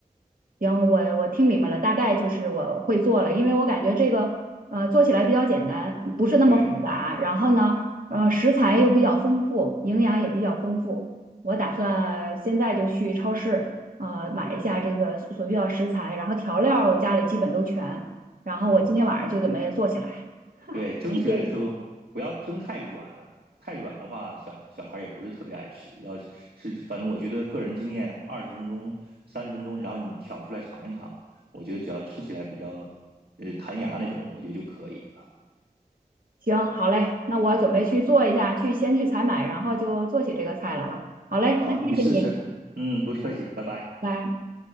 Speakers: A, on the right (about 65°); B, on the right (about 85°).
A: 行，我我听明白了，大概就是我会做了，因为我感觉这个呃做起来比较简单，不是那么复杂。
B: 对，
A: 然后呢，呃，食材又比较丰富，营养也比较丰富。我打算现在就去超市呃买一下这个所需要食材，然后调料我家里基本都全，然后我今天晚上就准备做起来。
B: 嗯。对，蒸起来的时候不要蒸太软，
A: 谢谢你。
B: 太软的话，小小孩也不是特别爱吃。要是反正我觉得个人经验，二十分钟、三十分钟，然后你挑出来尝一尝，我觉得只要吃起来比较呃弹牙那种，我觉得就可以啊。
A: 行，好嘞，那我准备去做一下，去先去采买，然后就做起这个菜来了。好嘞，
B: 好啊你试试。
A: 那谢谢你，
B: 嗯，不客气，拜拜。
A: 拜。